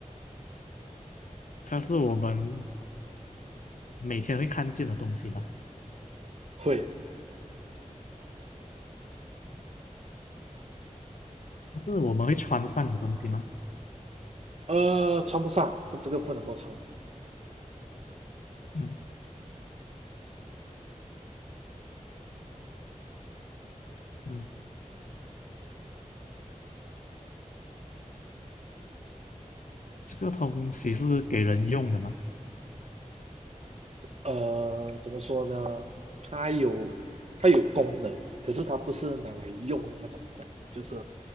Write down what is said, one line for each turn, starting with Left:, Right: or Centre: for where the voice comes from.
Left: 它是我们每天会看见的东西吗？
Right: 会，
Left: 它是我们会穿上的东西吗？
Right: 呃，穿不上，不这个不能够穿的。
Left: 嗯嗯，这个东西是给人用的吗？
Right: 呃，怎么说呢？它有它有功能，可是它不是拿来用的那种功能，就是